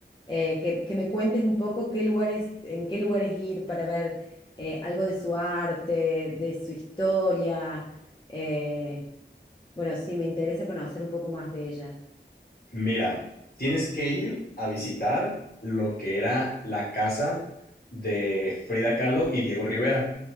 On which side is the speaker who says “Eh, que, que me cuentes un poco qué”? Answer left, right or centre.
Left